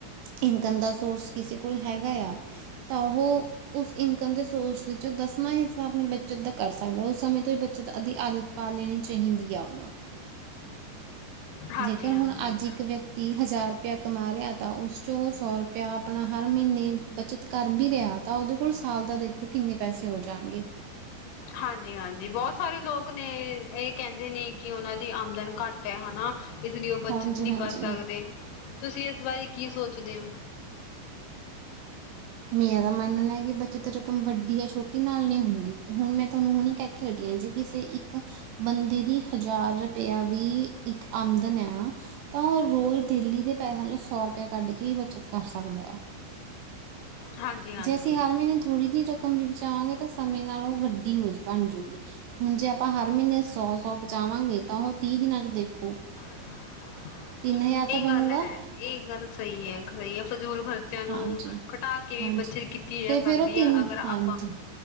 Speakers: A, on the right; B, on the left.
A: ਇਨਕਮ ਦਾ ਸੋਰਸ ਕਿਸੇ ਕੋਲ ਹੈਗਾ ਆ ਤਾਂ ਉਹ ਉਸ ਇਨਕਮ ਦੇ ਸੋਰਸ ਵਿੱਚ ਦਸਵਾਂ ਹਿੱਸਾ ਆਪਣੀ ਬੱਚਤ ਦਾ ਕਰ ਸਕਦਾ ਉਸ ਸਮੇਂ ਤੋਂ ਹੀ ਬੱਚਤ ਅਧ ਆਦਤ ਪਾ ਲੈਣੀ ਚਾਹੀਦੀ ਆ ਉਹਨੂੰ
B: ਹਾਂਜੀ
A: ਜੇਕਰ
B: ਹਾਂਜੀ
A: ਹੁਣ ਅੱਜ ਇੱਕ ਵਿਅਕਤੀ ਤੀਹ ਹਜ਼ਾਰ ਰੁਪਇਆ ਕਮਾ ਰਿਹਾ ਤਾਂ ਉਸ ਚੋਂ ਉਹ ਸੌ ਰੁਪਇਆ ਆਪਣਾ ਹਰ ਮਹੀਨੇ ਬਚਤ ਕਰ ਵੀ ਰਿਹਾ ਤਾਂ ਉਹਦੇ ਕੋਲ ਸਾਲ ਦਾ ਦੇਖੋ ਕਿੰਨੇ ਪੈਸੇ ਹੋ ਜਾਣਗੇ
B: ਹਾਂਜੀ ਹਾਂਜੀ ਬਹੁਤ ਸਾਰੇ ਲੋਕ ਨੇ ਇਹ ਕਹਿੰਦੇ ਨੇ ਕਿ ਉਹਨਾਂ ਦੀ ਆਮਦਨ ਘੱਟ ਹੈ ਹਨਾ ਇਸ ਲਈ ਉਹ ਬੱਚਤ
A: ਹਾਂਜੀ
B: ਨਹੀਂ
A: ਹਾਂਜੀ
B: ਕਰ ਸਕਦੇ ਤੁਸੀਂ ਇਸ ਬਾਰੇ ਕੀ ਸੋਚਦੇ ਹੋ
A: ਮੇ ਦਾ ਮੰਨਣਾ ਕਿ ਬੱਚਤ ਰਕਮ ਵੱਡੀ ਜਾਂ ਛੋਟੀ ਨਾਲ ਨਹੀਂੀ ਹੁੰਦੀ ਹੁਣ ਮੈਂ ਤੁਹਾਨੂੰ ਹੁਣੀ ਕਹਿ ਖੇਡੀਆਂ ਜੇ ਕਿਸੇ ਇੱਕ ਬੰਦੇ ਦੀ ਹਜ਼ਾਰ ਰੁਪਇਆ ਵੀ ਇੱਕ ਆਮਦਨ ਹੈ ਤਾਂ ਉਹ ਰੋਜ਼ ਡੇਲੀ ਦੇ ਪੈਸਿਆਂ ਚੋਂ ਸੌ ਰੁਪਇਆ ਕੱਢ ਕੇ ਹੀ ਬੱਚਤ ਕਰ ਸਕਦਾ ਆ
B: ਹਾਂਜੀ ਹਾਂਜੀ
A: ਜੇ ਅਸੀਂ ਹਰ ਮਹੀਨੇ ਥੋੜ੍ਹੀ ਜਿਹੀ ਰਕਮ ਵੀ ਬਚਾਵਾਂਗੇ ਤਾਂ ਸਮੇਂ ਨਾਲ ਉਹ ਵੱਡੀ ਹੋ ਬਣ ਜਾੂਗੀ ਹੁਣ ਜੇ ਆਪਾਂ ਹਰ ਮਹੀਨੇ ਸੌ-ਸੌ ਬਚਾਵਾਂਗੇ ਤਾਂ ਉਹ ਤੀਹ ਦਿਨਾਂ ਚ ਦੇਖੋ।
B: <inaudible>
A: ਤਿੰਨ ਹਜ਼ਾਰ
B: ਇਹ
A: ਤਾਂ ਬਣੂਗਾ
B: ਗੱਲ ਹੈ ਇਹ ਗੱਲ ਸਹੀ ਹੈ ਸਹੀ ਹੈ ਫਜ਼ੂਲ ਖਰਚਿਆਂ ਨੂੰ
A: ਹਾਂਜੀ
B: ਘਟਾ ਕੇ ਵੀ
A: ਹਾਂਜੀ
B: ਬੱਚਤ ਕੀਤੀ ਜਾ
A: ਤੇ
B: ਸਕਦੀ
A: ਫੇਰ ਉਹ ਤਿੰਨ
B: ਹੈ ਅਗਰ
A: ਹਾਂਜੀ।
B: ਆਪਾਂ